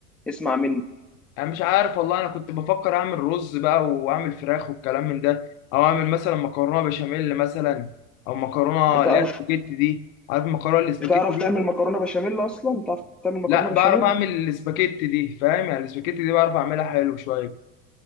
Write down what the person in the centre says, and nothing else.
اسمع مني
بتعرف
بتعرف
تعمل مكرونه بشاميل اصلا بتعرف تعمل مكرونه
بشاميل